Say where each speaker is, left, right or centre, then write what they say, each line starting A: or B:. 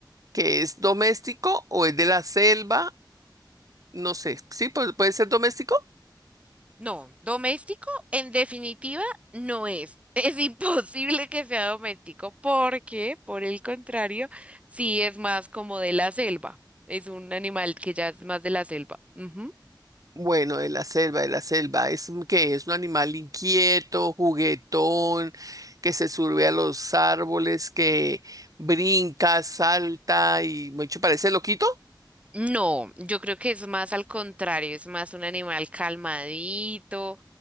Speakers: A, on the right; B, on the right.
A: que es doméstico o es de la selva? No sé, ¿sí? Pu- ¿Puede ser doméstico?
B: No, doméstico en definitiva no es. <laughs> Es imposible que sea doméstico porque, por el contrario, sí es más como de la selva. Es un animal que ya es más de la selva. Ujú.
A: Bueno, de la selva, de la selva, es un- que es un animal inquieto, juguetón, que se sube a los árboles, que brinca, salta y mucho parece loquito.
B: No, yo creo que es más al contrario, es más un animal calmadito,